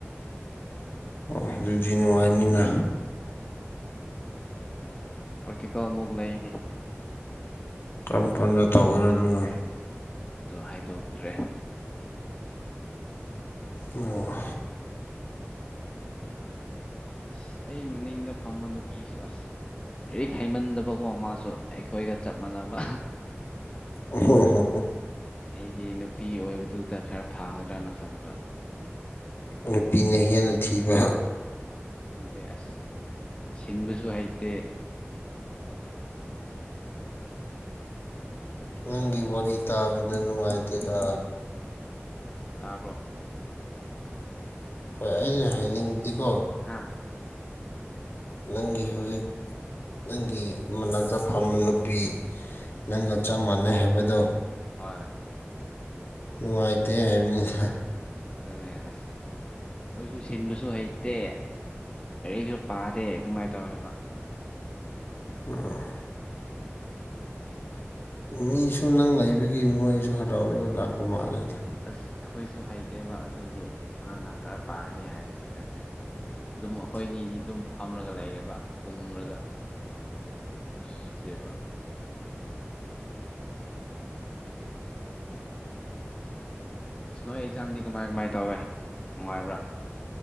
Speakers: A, on the left; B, on the left.
A: ꯑꯣ ꯑꯗꯨꯗꯤ ꯅꯨꯡꯉꯥꯏꯅꯤꯅ
B: ꯄ꯭ꯔꯦꯛꯇꯤꯀꯦꯜ ꯑꯃꯨꯛ ꯂꯩꯅꯤ
A: ꯀꯔꯝꯀꯥꯟꯗ ꯇꯧꯒꯦꯔ ꯑꯗꯨꯅ
B: ꯑꯗꯨ ꯍꯥꯏꯗꯣꯛꯇ꯭ꯔꯦ
A: ꯑꯣ
B: ꯑꯁ ꯑꯩ ꯃꯅꯤꯡꯗ ꯐꯝꯕ ꯅꯨꯄꯤꯁꯨ ꯑꯁ ꯂꯥꯏꯔꯤꯛ ꯍꯩꯃꯟꯗꯕꯀꯣ ꯃꯥꯁꯨ ꯑꯩꯈꯣꯏꯒ ꯆꯞ ꯃꯥꯟꯅꯕ
A: ꯑꯣꯍꯣ ꯍꯣ ꯍꯣ
B: ꯑꯩꯗꯤ ꯅꯨꯄꯤ ꯑꯣꯏꯕꯗꯨꯗ ꯈꯔ ꯐꯥꯒꯗ꯭ꯔꯅ ꯈꯟꯕ
A: ꯅꯨꯄꯤꯅ ꯍꯦꯟꯅ ꯊꯤꯕ
B: ꯑꯗꯨꯅꯦ ꯑꯁ ꯁꯤꯟꯕꯁꯨ ꯍꯩꯇꯦ
A: ꯅꯪꯒꯤ ꯋꯥꯔꯤ ꯇꯥꯕꯗ ꯅꯨꯡꯉꯥꯏꯇꯦꯗ
B: ꯇꯥꯕ꯭ꯔꯣ
A: ꯍꯣꯏ ꯑꯩꯅ ꯍꯥꯏꯅꯤꯡꯕꯗꯤꯀꯣ
B: ꯍꯥꯥ
A: ꯅꯪꯒꯤ ꯍꯧꯖꯤꯛ ꯅꯪꯒꯤ ꯃꯅꯥꯛꯇ ꯐꯝꯕ ꯅꯨꯄꯤ ꯅꯪꯒ ꯆꯞ ꯃꯥꯟꯅꯩ ꯍꯥꯏꯕꯗꯣ
B: ꯍꯣꯏ
A: ꯅꯨꯡꯉꯥꯏꯇꯦ ꯍꯥꯏꯕꯅꯤꯗ
B: ꯑꯗꯨꯅꯦ ꯑꯁ ꯃꯣꯏꯁꯨ ꯁꯤꯟꯕꯁꯨ ꯍꯩꯇꯦ ꯂꯥꯏꯔꯤꯛꯁꯨ ꯄꯥꯗꯦ ꯑꯗꯨꯃꯥꯏꯅ ꯇꯧꯋꯦꯕ
A: ꯑꯣ ꯃꯤꯁꯨ ꯅꯪ ꯂꯩꯕꯒꯤ ꯃꯣꯏꯁꯨ ꯍꯔꯥꯎꯔꯒ ꯂꯥꯛꯄ ꯃꯥꯜꯂꯦꯗ
B: ꯑꯁ ꯑꯩꯈꯣꯏꯁꯨ ꯍꯩꯇꯦꯕ ꯑꯗꯨꯒꯤ ꯃꯥꯅ ꯈꯔ ꯄꯥꯔꯗꯤ ꯍꯥꯏꯕꯅꯤꯗ ꯑꯩꯈꯣꯏꯁꯨ ꯑꯗꯨꯝ ꯑꯩꯈꯣꯏꯅꯤꯗꯤ ꯑꯗꯨꯝ ꯐꯝꯃꯒ ꯂꯩꯌꯦꯕ ꯎꯪꯔꯒ ꯏꯗ꯭ꯔꯦꯕ ꯁꯅꯣ ꯑꯦꯛꯖꯥꯝꯗꯤ ꯀꯃꯥꯏ ꯀꯃꯥꯏ ꯇꯧꯋꯦ ꯅꯨꯡꯉꯥꯏꯕ꯭ꯔꯥ